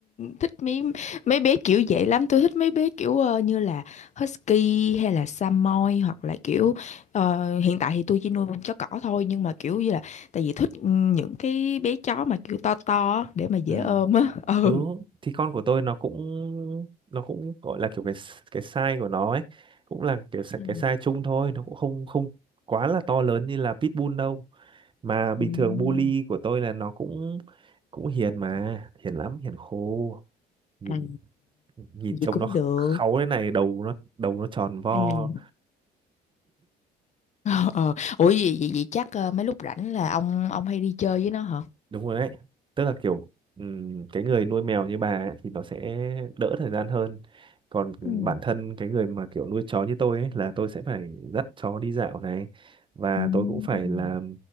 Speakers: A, on the left (about 45°); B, on the right (about 30°).
A: thích mấy mấy bé kiểu vậy lắm tôi thích mấy bé kiểu ờ, như là husky hay là samoy hoặc là kiểu ờ, hiện tại thì tôi chỉ nuôi con chó cỏ thôi nhưng mà kiểu như là tại vì thích những cái bé chó mà kiểu to to á, để mà dễ
B: Ừ.
A: ôm á <laughs> ừ
B: ừ thì con của tôi nó cũng nó cũng gọi là kiểu cái s- cái size của nó ấy cũng là kiểu sa-
A: Ừ.
B: cái size chung thôi nó cũng không không quá là to lớn như là pitbull đâu mà bình
A: Ừm,
B: thường bully của tôi là nó cũng cũng hiền mà hiền lắm hiền khô nhìn
A: À,
B: nhìn
A: vậy
B: trông
A: cũng
B: nó kh-
A: được.
B: kháu thế này đầu nó đầu nó tròn vo
A: Ừ. <laughs> Ờ, ờ. Ủa vậy, vậy, vậy chắc ờ, mấy lúc rảnh là ông ông hay đi chơi với nó hả?
B: đúng rồi đấy tức là kiểu ừm, cái người nuôi mèo như bà ấy, thì nó sẽ đỡ thời gian hơn còn
A: Ừ.
B: bản thân cái người mà kiểu nuôi chó như tôi ấy là tôi sẽ phải dắt chó đi dạo này và
A: Ừm.
B: tôi cũng phải là